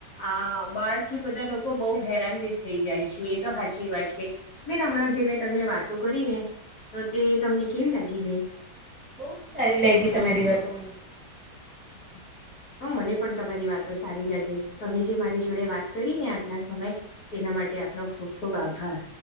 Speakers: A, on the left; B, on the right.
A: આ બાર થી બધા લોકો બવ હેરાન થઈ જાય છે એ તો હાચી વાત છે બેન હમણાં જે મેં તમને વાતો કરી ને તો તે તમને કેવી લાગી બેન
B: બોવ જ સારી લાગી તમારી વાતો મને
A: <unintelligible> હા મને પણ તમારી વાતો સારી લાગી તમે જે મારી જોડે વાત કરી ને આટલા સમય તેના માટે આપનો ખૂબ ખૂબ આભાર